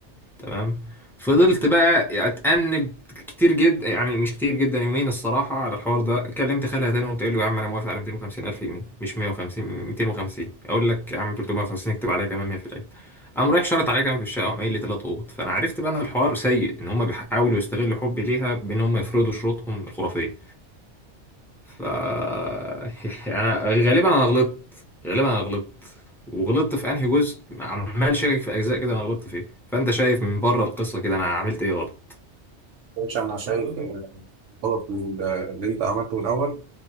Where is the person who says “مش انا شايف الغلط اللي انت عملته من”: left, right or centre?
Right